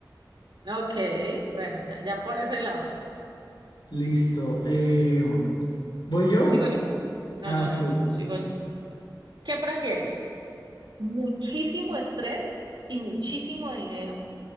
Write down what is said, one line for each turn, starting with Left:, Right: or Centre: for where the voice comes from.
Right: Ok, bueno, ya, ya por ese lado.
Left: Listo. eh, ¿voy yo?
Right: Sigo yo. No,
Left: Ah,
Right: no, no,
Left: sí.
Right: no, no, sigo yo. ¿Qué prefieres? ¿Muchísimo estrés y muchísimo dinero?